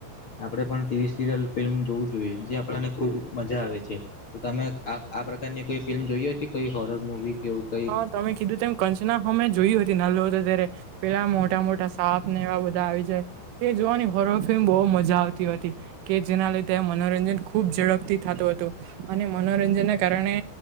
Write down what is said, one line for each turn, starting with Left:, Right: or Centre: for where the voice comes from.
Left: આપડે પણ ટીવી સિરિયલ ફિલ્મ જોવું જોઈએ જે આપણને ખૂબ મજા આવે છે, તમે આ આ પ્રકારની કોઈ ફિલ્મ જોઈએ હતી કોઈ હોરર મૂવી કે એવું કઈ
Right: હ તમે કીધું તેમ કંચના હમે જોયું હતી નાનલો હતો ત્યારે પેલા મોટા મોટા સાપ ને એવા બધા આવી જાય તે જોવાની હોરફમ બો મજા આવતી <unintelligible> કે જેના લીધે મનોરંજન ખૂબ ઝડપથી થતું હતું અને મનોરંજનને કારણે